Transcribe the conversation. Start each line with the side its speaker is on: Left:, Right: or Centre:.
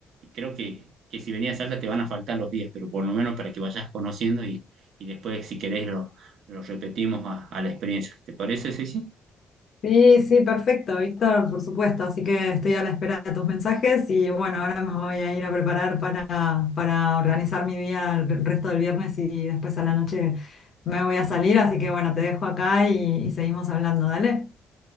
Right: creo que, que si venías a Salta te van a faltar los días, pero por lo menos para que vayas conociendo y, y después, si querés, lo, lo repetimos a, a la experiencia. ¿Te parece, Ceci?
Left: Sí, sí, perfecto, Víctor, por supuesto. Así que estoy a la espera de tus mensajes y bueno, ahora me voy a ir a preparar para, para organizar mi día el resto del viernes y después a la noche me voy a salir. Así que bueno, te dejo acá y, y seguimos hablando, dale.